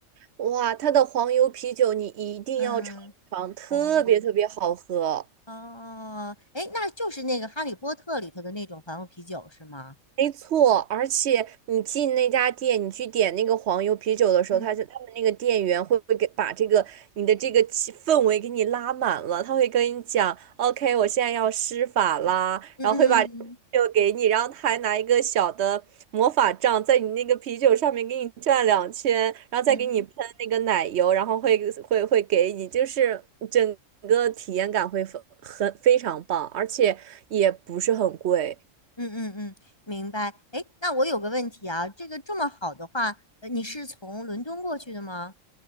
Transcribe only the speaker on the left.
嗯，
哦哦，诶，那就是那个《哈利波特》里头的那种黄油啤酒是吗？
嗯
嗯嗯
嗯哼
嗯嗯嗯，明白。诶，那我有个问题啊，这个这么好的话，呃，你是从伦敦过去的吗？